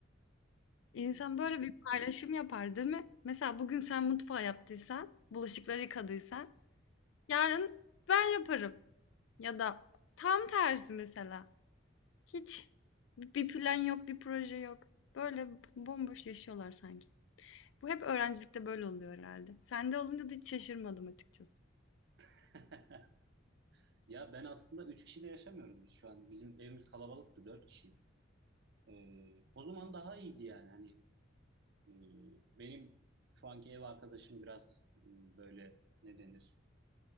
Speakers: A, on the left; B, on the right.
A: İnsan
B: Hmm.
A: böyle bir paylaşım yapar, değil mi? Mesela bugün sen mutfağı yaptıysan, bulaşıkları yıkadıysan, yarın ben yaparım. Ya da tam tersi mesela. Hiç bir plan yok, bir proje yok. Böyle bomboş yaşıyorlar sanki. Bu hep öğrencilikte böyle oluyor herhâlde. Sende olunca da hiç şaşırmadım açıkçası.
B: <laughs> Ya ben aslında 3 kişiyle yaşamıyoruz biz şu an. Bizim evimiz kalabalıktı 4 kişiydik. Ee, o zaman daha iyiydi yani. Hani. Ee, Benim şu anki ev arkadaşım biraz m, böyle ne denir?